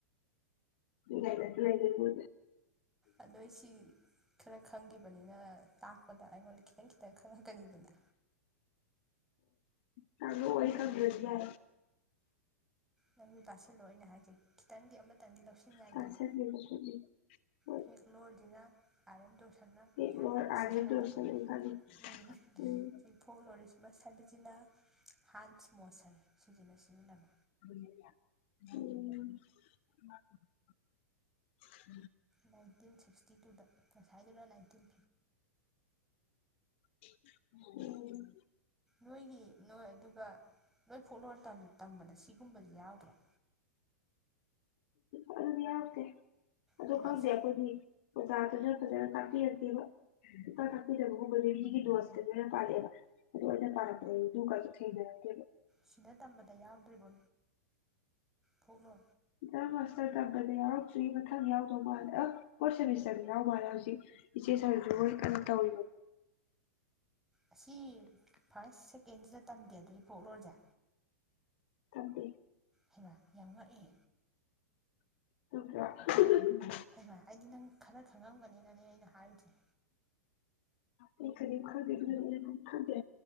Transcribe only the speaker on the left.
ꯂꯥꯏꯔꯤꯛꯁꯨ ꯂꯩꯌꯦ ꯃꯣꯏꯅ
ꯍ ꯆꯣ ꯋꯥ ꯁꯌꯥ
ꯇꯥꯛꯁꯟꯒꯦꯕ ꯁꯨꯝ ꯍꯣꯏ
ꯍꯦꯛ
ꯂꯣꯏꯔ
ꯑꯥꯔꯂꯦꯟ
ꯇꯧꯔꯁꯅ ꯑꯩ ꯈꯜꯂꯤ
ꯎꯝ
ꯎꯝ
ꯑꯣ
ꯐꯔꯗꯤ ꯌꯥꯦ ꯑꯗꯨ
ꯈꯪꯗꯦ
ꯑꯩꯈꯣꯏꯗꯤ ꯑꯣꯖꯥ ꯑꯗꯨꯅ ꯐꯖꯅ ꯇꯥꯛꯄꯤꯔꯛꯇꯦꯕ ꯇ ꯇꯥꯛꯄꯤꯗꯕꯒꯨꯝꯕꯗꯨ ꯃꯤꯒꯤ ꯗꯣꯁꯇ ꯂꯣꯏꯅ ꯄꯥꯜꯂꯦꯕ ꯑꯗꯨ ꯇꯥꯔꯛ꯭ꯔꯦ ꯊꯗꯣ
ꯏ ꯃꯥꯁꯇꯔ ꯇꯝꯕꯅꯦ ꯌꯥꯎꯛꯇ꯭ꯔꯤ ꯃꯊꯪ ꯌꯥꯎꯗꯧ ꯃꯥꯜꯂꯦ ꯑ ꯐꯣꯔꯠ ꯁꯦꯃꯤꯁꯇꯔꯗ ꯌꯥꯎ ꯃꯥꯜꯂꯦ ꯍꯧꯖꯤꯛ ꯏꯆꯦ ꯁꯥꯔꯁꯨ ꯃꯣꯏ ꯀꯩꯅꯣ ꯇꯧꯔꯤꯕꯅꯤ
ꯑꯗꯨꯗ
ꯑꯣ
ꯑꯩ ꯀꯅꯤ ꯈꯗꯤꯅ ꯈꯗ